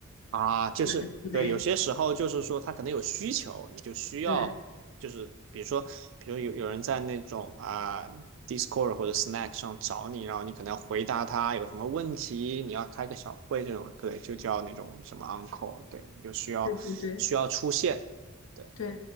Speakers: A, on the right; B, on the left.
A: 啊，就是对，
B: 对
A: 有些时候就是说他可能有需求，你就需要就是比如说，
B: 对
A: 比如有有人在那种啊 Discord 或者 Snack 上找你，然后你可能要回答他有什么问题，你要开个小会这种，对，就叫那种什么 on call，对，你就需要需要出现。
B: 对对对
A: 对，
B: 对，